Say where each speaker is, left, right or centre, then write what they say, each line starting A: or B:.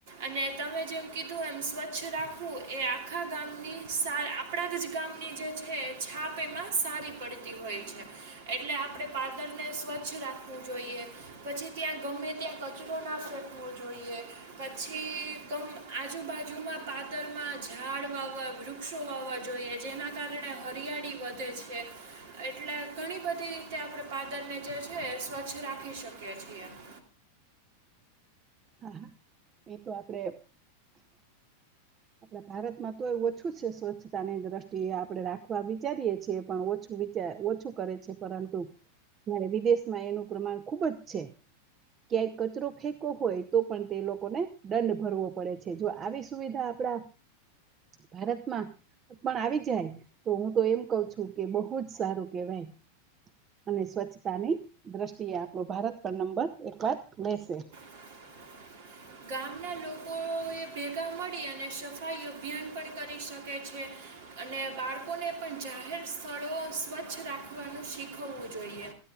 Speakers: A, on the right (about 55°); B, on the right (about 25°).
A: અને તમે જેમ કીધું એમ સ્વચ્છ રાખવું એ આ આખા ગામની સા આપણા જ જ ગામની જે છે એ છાપ એમાં સારી પડતી હોય છે એટલે આપણેે પાદરને સ્વચ્છ રાખવું જોઈએ પછી ત્યાં ગમે ત્યાં કચરો ના ફેંકવો જોઈએ પછી કમ આજુબાજુમાં પાદરમાં જ ઝાડ વાવવા વૃક્ષો વાવવા જોઈએ જેના કારણે હરિયાળી વધે છે એટલે ઘણી બધી રીતે આપણે પાદરને જે છે સ્વચ્છ રાખી શકીએ છીએ <inaudible>
B: હા હા એ તો આપડે આપણા ભારતમાં તો એ ઓછું છે સ્વચ્છતાની દ્રષ્ટિએ આપડણે રાખવા વિચારીએ છીએ પણ ઓછું વિચાર ઓછું કરે છે પરંતુ જ્યારે વિદેશમાં એનું પ્રમાણ ખુબ જ છે ક્યાંય કચરો ફેંકો હોય તો પણ તે લોકોને દંડ ભરવો પડે છે જો આવી સુવિધા આપડા ભારતમાં પણ આવી જાય તો હું તો એમ કઉ છું કે બહુ જ સારું કેવાય અને સ્વચ્છતાની દ્રષ્ટિએ આપણો ભારત પણ નંબર એક વાર લેશે
A: <inaudible> ગામના લોકોએ ભેગા મળી અને સફાઈ અભિયાન પણ કરી શકે છે અને બાળકોને પણ જાહેર સ્થળો સ્વચ્છ રાખવાનું શીખવવું જોઈએ